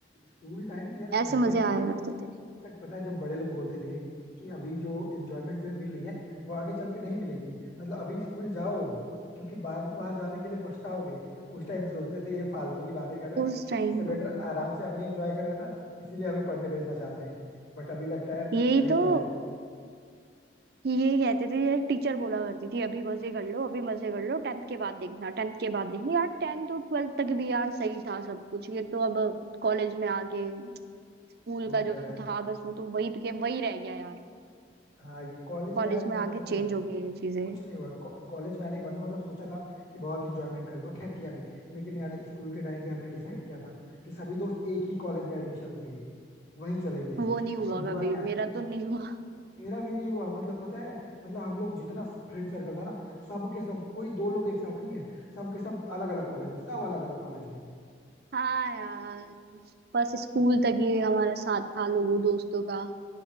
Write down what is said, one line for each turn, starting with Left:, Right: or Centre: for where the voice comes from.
Left: स्कूल टाइम यार
Right: ऐसे
Left: कहते
Right: मजे
Left: हैं ना
Right: आया
Left: कि मतलब
Right: करते थे
Left: इनफैक्ट पता है जब बड़े लोग बोलते थे कि अभी जो एंजॉयमेंट तुम्हें मिल रही है वो आगे चल के नहीं मिलेगी मतलब अभी स्कूल जाओ क्योंकि बाद में वहां जाने के लिए पछताओगे उस टाइम सोचते थे ये फालतू की बातें कर रहे हैं
Right: उस टाइम
Left: इससे बेटर आराम से अपने एंजॉय कर रहे हैं ना इसीलिए हमें पढ़ने भेजना चाहते हैं बट अभी लगता है यार वो
Right: यही
Left: सही
Right: तो
Left: कह रहे थे
Right: यही कहते थे यार टीचर बोला करती थी अभी मजे कर लो अभी मजे कर लो टेंथ के बाद देखना टेंथ के बाद देखना यार टेंथ और ट्वेल्थ तक भी यार सही था सब कुछ ये तो अब कॉलेज में आके स्कूल
Left: वो
Right: का
Left: तो
Right: जो
Left: है यार
Right: था बस वो तो वही के वही रह गया यार
Left: हाँ ये कॉलेज
Right: कॉलेज
Left: में यार मतलब
Right: में आके
Left: पता
Right: चेंज
Left: है
Right: हो गई ये चीजें
Left: कुछ नहीं हुआ कॉलेज में आने के बाद ना मतलब सोचा था कि बहुत इंजॉयमेंट करूंगा खैर किया भी लेकिन यार स्कूल के टाइम पे हमने डिसाइड किया था कि सभी दोस्त एक ही कॉलेज में एडमिशन लेंगे वहीं चलेंगे
Right: वो नहीं हुआ
Left: और हुआ
Right: कभी
Left: क्या
Right: मेरा
Left: एक,
Right: तो नहीं हुआ
Left: मेरा भी नहीं हुआ मतलब पता है मतलब हम लोग जितना फ्रेंड सर्कल था ना सब के सब कोई दो लोग एक साथ नहीं है सब के सब अलग अलग कॉलेज में सब अलग अलग कॉलेज में
Right: हाँ यार बस स्कूल तक ही हमारा साथ था लोगों दोस्तों का